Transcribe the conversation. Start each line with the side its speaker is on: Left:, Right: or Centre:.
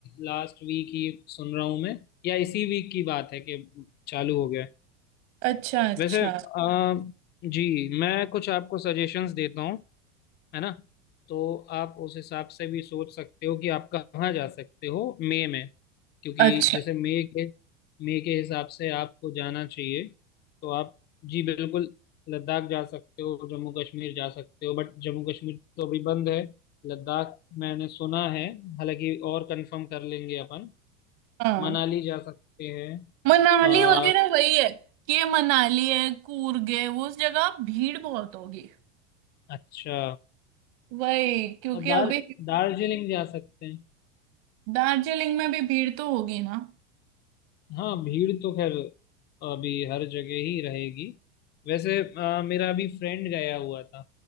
Left: लास्ट वीक ही सुन रहा हूँ मैं या इसी वीक की बात है कि चालू हो गया है
Right: अच्छा अच्छा
Left: वैसे अ, जी मैं कुछ आपको सजेशंस देता हूँ है ना तो आप उस हिसाब से भी सोच सकते हो कि आप कहाँ जा सकते हो मई में क्योंकि
Right: अच्छा
Left: जैसे मई के मई के हिसाब से आपको जाना चाहिए तो आप जी बिल्कुल लद्दाख जा सकते हो जम्मू कश्मीर जा सकते हो बट जम्मू कश्मीर तो अभी बंद है लद्दाख मैंने सुना है हालांकि और कंफर्म कर लेंगे अपन
Right: हाँ
Left: मनाली जा सकते हैं
Right: मनाली
Left: आ,
Right: वगैरह वही है कि ये मनाली है कूर्ग है वो उस जगह भीड़ बहुत होगी
Left: अच्छा
Right: वही क्योंकि
Left: और दार
Right: अभी
Left: दार्जिलिंग जा सकते हैं
Right: दार्जिलिंग में भी भीड़ तो होगी ना
Left: हाँ भीड़ तो खैर अभी हर जगह ही रहेगी वैसे अ, मेरा अभी फ्रेंड गया हुआ था